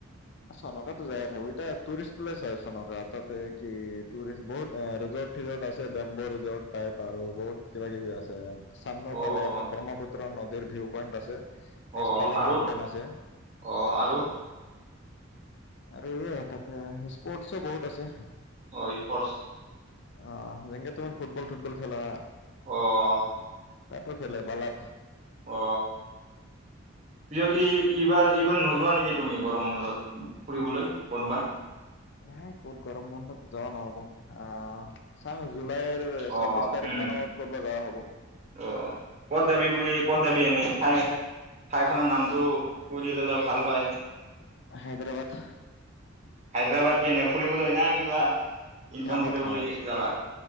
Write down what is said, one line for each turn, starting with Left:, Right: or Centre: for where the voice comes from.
Left: চনকাাতো জায়া থাকো এতিয়া টুৰিষ্ট প্লেচ হয় চনকা তাতে কি টুৰিষ্ট বহুত এ ৰিজৰ্ট চিজৰ্ট আছে বেম্ব ৰিজৰ্ট টাইপ আৰু বহুত কিবা কিবি আছে। সামন ফফালে
Right: অ'
Left: এটা ব্ৰহ্মপুত্ৰ ন ৰ ভিউ পইণ্ট আছে পাছফালে
Right: অ আৰু
Left: মাউন্টেইন আছে
Right: অ আৰু
Left: আৰু এ তাতে স্পৰ্টছো বহুত আছে।
Right: অ স্পষ্ট
Left: অ জে তুমাৰ ফুটবল ফুটবল খেল না।
Right: অ'
Left: তাতো খেলে বালাত
Right: অ যিত এইবাৰ এইবাৰ নোযোৱা নেকি তুমি গৰম বন্ধত ফুৰিবলৈ ক'তবা?
Left: নাই ক'ত গৰম বন্ধত যোৱা নহব। অ চামছো জুলাইৰ
Right: অ'
Left: ছাবিশ তাৰিখ
Right: উম
Left: মানত ক'ব যোৱা হ'ব
Right: অ কত যাবি বুলি কত যাবি এনে খাই ঠাইখনৰ নামটো সুধি ললে ভাল হয়।
Left: হায়দৰাবাদ
Right: হায়দৰাবাদ কি নে ফুৰিবলৈ হয় না কিবা ইনকাম
Left: কামত
Right: কৰিবলৈ
Left: কামত
Right: যাবা